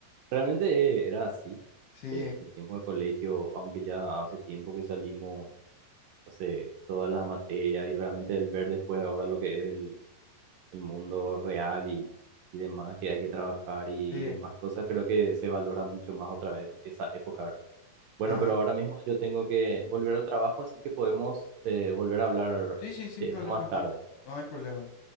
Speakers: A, on the right; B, on the left.
A: Realmente eh, era así.
B: Sí,
A: eh, el tiempo de colegio, aunque ya hace tiempo que salimos, hace todas las materias y realmente el ver después ahora lo que es el, el mundo real y, y demás, que hay que trabajar y,
B: sí,
A: y demás cosas, creo que se valora mucho más otra vez esa época, ¿verdad? Bueno,
B: ajá.
A: pero ahora mismo yo tengo que volver al trabajo, así que podemos eh, volver a hablar
B: Sí, sí, sin
A: de
B: problema,
A: esto más
B: no,
A: tarde.
B: no hay problema.